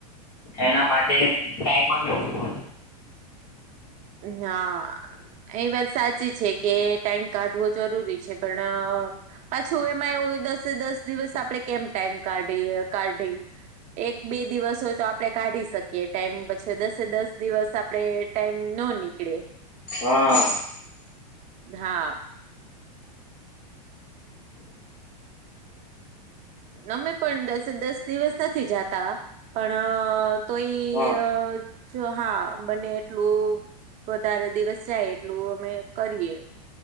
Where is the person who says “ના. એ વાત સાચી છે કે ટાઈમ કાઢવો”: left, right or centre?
Right